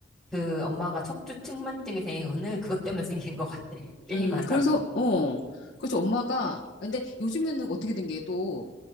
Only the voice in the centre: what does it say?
그 엄마가 척추 측만증이 생긴 거는 그것 때문에 <laughs> 생긴 것 같아. <laughs> 게임한다고.